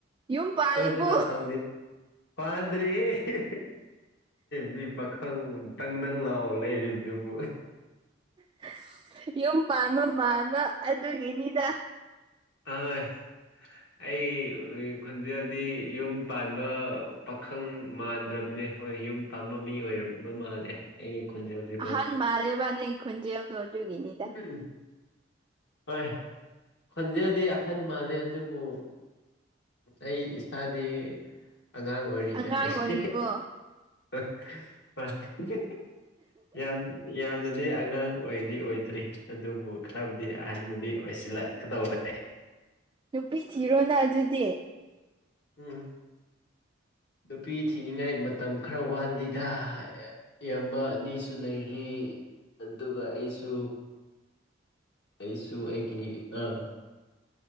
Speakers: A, on the right; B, on the left.
A: ꯌꯨꯝ ꯄꯥꯜꯂꯕꯨ
B: ꯀꯣꯏꯕꯒ ꯐꯪꯗꯦ ꯄꯥꯟꯗꯔꯤꯍꯦ ꯃꯤ ꯄꯥꯈꯪ <unintelligible> ꯂꯩꯔꯤꯕꯗꯨꯕꯨ
A: <unintelligible> ꯌꯨꯝ ꯄꯥꯟꯕ ꯃꯥꯜꯕ ꯑꯗꯨꯒꯤꯅꯤꯗ
B: <unintelligible>
A: <inaudible>
B: ꯑꯩ ꯈꯣꯟꯖꯗꯗꯤ ꯌꯨꯝ ꯄꯥꯟꯕ ꯄꯥꯈꯪ ꯃꯥꯟꯗ꯭ꯔꯕꯅꯦ ꯍꯣꯏ ꯌꯨꯝ ꯇꯝꯕ ꯃꯤ ꯑꯣꯏꯔꯝꯕ ꯃꯥꯜꯂꯦ ꯑꯩꯒꯤ ꯈꯣꯟꯖꯦꯜꯁꯤꯀꯣ
A: ꯑꯍꯟ ꯃꯥꯜꯂꯦꯕ ꯅꯪꯒꯤ ꯈꯣꯟꯖꯦꯜꯗꯣ ꯑꯗꯨꯒꯤꯅꯤꯗ
B: ꯎꯝ. ꯍꯣꯏ ꯈꯣꯟꯖꯦꯜꯗꯤ ꯑꯍꯟ ꯃꯥꯜꯂꯦ ꯑꯗꯨꯕꯨ ꯑꯩ ꯏꯁꯥꯗꯤ ꯑꯉꯥꯡ ꯑꯣꯏꯔꯤ ꯔꯤꯗ
A: ꯑꯉꯥꯡ
B: <unintelligible>
A: ꯑꯣꯏꯔꯤꯕꯣ
B: ꯌꯥꯝ ꯌꯥꯝꯅꯗꯤ ꯑꯉꯥꯡ ꯑꯣꯏꯗꯤ ꯑꯣꯏꯗꯦ ꯇ꯭ꯔꯤ ꯑꯗꯨꯕꯨ ꯈꯔꯕꯨꯗꯤ ꯑꯍꯟꯕꯨꯗꯤ ꯑꯣꯏꯁꯤꯜꯂꯛꯀꯗꯧꯔꯦ
A: ꯅꯨꯄꯤ ꯊꯤꯔꯣꯅ ꯑꯗꯨꯗꯤ
B: ꯎꯝ ꯅꯨꯄꯤ ꯊꯤꯅꯤꯡꯉꯥꯏ ꯃꯇꯝ ꯈꯔ ꯋꯥꯠꯂꯤꯗ ꯏꯌꯥꯝꯕ ꯑꯅꯤꯁꯨ ꯂꯩꯔꯤ ꯑꯗꯨꯒ ꯑꯩꯁꯨ ꯑꯩꯁꯨ ꯑꯩꯒꯤ ꯑ